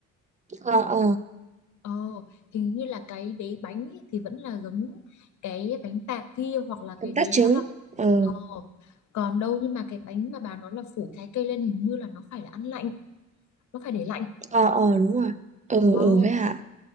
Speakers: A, on the right; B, on the left.
A: ờ ờ
B: ờ hình như là cái đế bánh ấy thì vẫn là giống cái bánh tạc kia hoặc là
A: bánh
B: cái đế
A: tart trứng
B: đó là
A: ờ
B: Ờ, còn đâu nhưng mà cái bánh mà bà nói là phủ trái cây lên hình như là nó phải là ăn lạnh, nó phải để lạnh.
A: ờ ờ đúng rồi ừ
B: Ờ,
A: ừ với hả